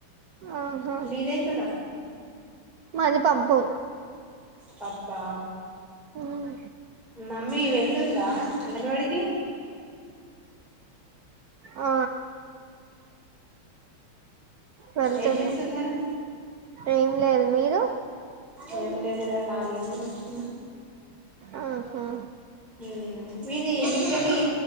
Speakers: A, on the right; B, in the centre.
A: ఆహా
B: మీదేం కూర
A: మాది పప్పు
B: పప్పా
A: ఉమ్,
B: మమ్మీ వెళ్తుందా అంగన్వాడికి
A: ఆ వెళ్తుంది
B: ఏం చేస్తున్నారు
A: ఏం లేదు మీరు
B: ఏం లేదురా ఖాళీగనే కూర్చున్నా
A: ఆహా
B: హుమ్ మీది ఎన్ని కేళి